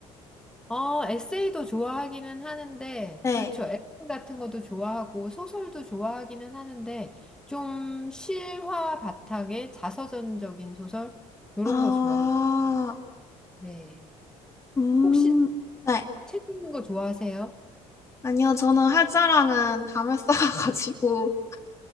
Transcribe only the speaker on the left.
네.
아,
음,
네.
아니요, 저는 할 자랑은 담을 쌓아가지고,